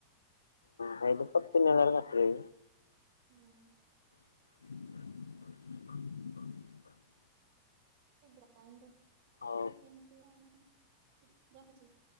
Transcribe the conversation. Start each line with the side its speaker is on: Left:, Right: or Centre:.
Left: ହଁ ଆଇ ପତିନ ହଜାରେ କାଟିକିରି
Right: ହୁଁ
Left: <inaudible>
Right: ସେ ଗ୍ରାଇଣ୍ଡର
Left: ହଉ
Right: ଟ କେମିତି ଆଣି ରଖୁଛି। <inaudible>